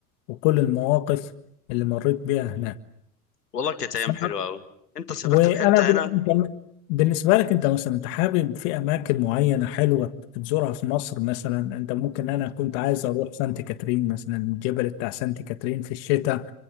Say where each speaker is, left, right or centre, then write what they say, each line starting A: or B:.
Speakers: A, on the left; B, on the left.
A: وكل المواقف اللي مريت بيها
B: والله كانت أيام
A: هناك
B: حلوة أوي أنت سافرت
A: وانا
B: في حتة
A: بن...
B: هنا
A: انت بالنسبه لك انت مثلا انت حابب في اماكن معينه حلوه تزورها في مصر مثلا انت ممكن انا كنت عايز اروح سانت كاترين مثلا الجبل بتاع سانت كاترين في الشتاء